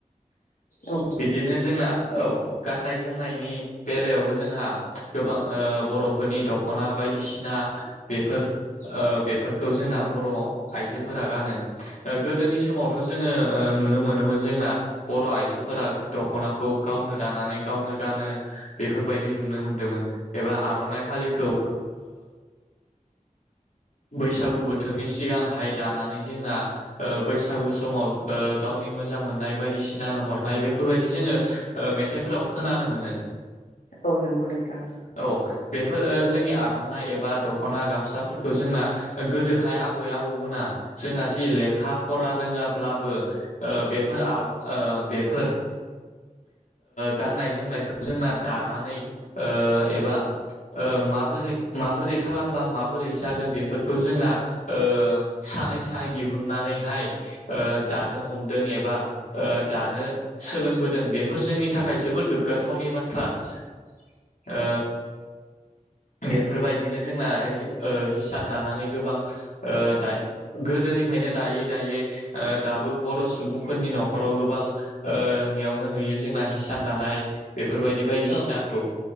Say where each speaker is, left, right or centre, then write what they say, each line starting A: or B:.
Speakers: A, on the left (about 80°); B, on the left (about 65°).
A: औ
B: बिदिनो जोंना औ गाननाय जोमनायनि बेलायावबो जोंहा गोबां बर'फोरनि दख'ना बायदिसिना बेफोर बेफोरखौ जोंना बर' आइजोफोरा गानो गोदोनि समावथ' जोङो नुनो मोनोमोन जोंना बर' आइजोफोरा दख'नाखौ गावनो दानानै गावनो गानो बेफोरबायदि नुनो मोनदोंमोन एबा आर'नाइ फालिखौ बैसागु बोथोरनि सिगांहाय दानानै जोंना बैसागु समाव गावनि मोजां मोननाय बायदिसिनानो हरनाय बेफोरबायदि जोङो मेथाइफोराव खोनानो मोनो।
A: औ नंगौ नोंथां
B: औ बेफोर जोंनि आर'नाइ एबा दख'ना गामसाफोरखौ जोंना गोदोहाय आबै आबौ मोना जोंना जि लेखा फरा रोङाब्लाबो बेफोर बेफोर गाननाय जोमनायखौ जोंना दानानै ओ एबा ओ माबोरै माबोरै खालामबा माबोरै जागोन बेफोरखौ जोंना ओ सानै सानै दिहुननानैहाय ओ दानो हमदों एबा दानो सोलोंबोदों बेफोर जोंनि थाखाय जोबोर गोग्गाथावनि बाथ्रा ओ बेफोरबायदिनो जोंना हिसान दानानै गोबां दायो गोदोनिफ्रायनो दायै दायै दाबो बर' सुबुंफोरनि न'खराव गोबां नियावनो नुयो जोंना हिसान दानाय बे बेफोरबायदि बायदि
A: औ
B: सिनाखौ